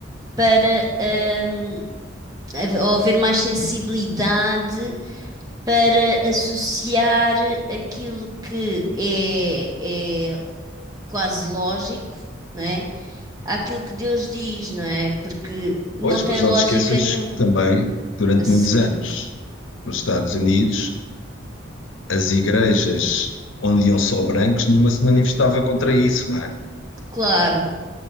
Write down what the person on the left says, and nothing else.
Pois,
mas não
te esqueças
que também, durante
muitos anos, nos Estados Unidos, as igrejas onde iam só brancos, nenhuma se manifestava contra isso, não é?